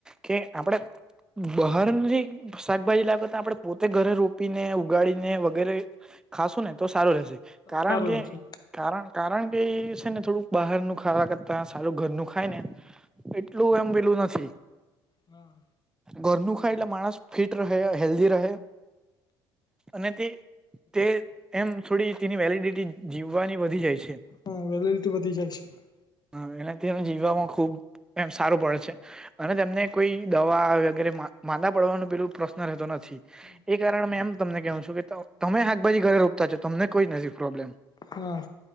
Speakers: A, in the centre; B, on the left.
A: કે આપણે બહાર જે શાકભાજી લાવે તો આપડણે પોતે ઘરે રોપીને ઉગાડીને વગેરે ખાશું ને તો સારું રહેશે. કારણ
B: સારું
A: કે
B: રહેશે
A: કારણ કારણ કે એ છે ને થોડુંક બહારનું ખાવાતા તા સારું ઘરનું ખાય ને એટલું એમ પેલું નથી.
B: હા
A: ઘરનું ખાય એટલે માણસ ફિટ રહે હેલ્ધી રહે અને તે તે એમ થોડી તેની વેલિડિટી જીવવાની વધી જાય છે.
B: હા વેલલિટી વધી જાય છે.
A: હા એનાથી એને જીવવામાં ખુબ એમ સારું પડે છે. અને તેમને કોઈ દવા વગેરે માંદા પડવાનું પેલું પ્રશ્ન રહેતો નથી.
B: હમ
A: એ કારણે મે એમ તમને કહવું છું કે ત તમે હાકભાજી ઘરે રોપતા છો તમને કોઈ નથી પ્રોબ્લેમ.
B: હા